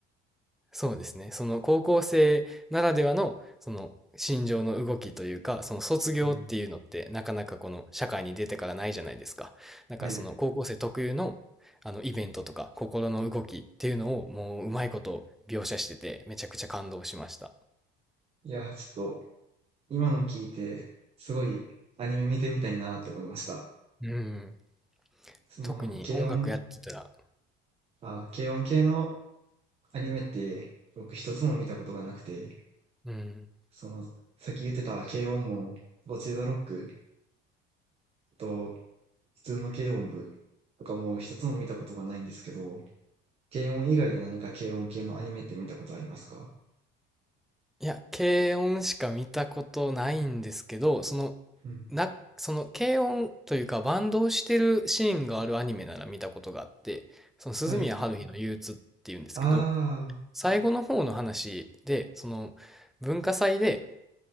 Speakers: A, in the centre; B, on the right (about 30°).
A: そうですね。その高校生ならではの、その心情の動きというか、その卒業っていうのってなかなかこの社会に出てからないじゃないですか。
B: うん。
A: なんかその高校生特有のあのイベントとか心の動きっていうのをもううまいこと描写しててめちゃくちゃ感動しました。
B: はい。いやー、ちょっと今の聞いて、すごいアニメ見てみたいなって思いました。
A: うん。
B: その、
A: 特に音楽やってたら、
B: 軽音、あ、軽音系のアニメって僕一つも見たことがなくて、
A: うん。
B: その、さっき言ってた軽音も、ボチザロックと普通の軽音部とかも一つも見たことがないんですけど、軽音以外で何か軽音系のアニメって見たことありますか
A: いや、軽音しか見たことないんですけど、その、
B: うん。
A: な、その軽音というかバンドをしてるシーンがあるアニメなら見たことがあって、その鈴宮春日の憂鬱っていうんですけど、
B: はい。ああ、
A: 最後の方の話で、その文化祭で、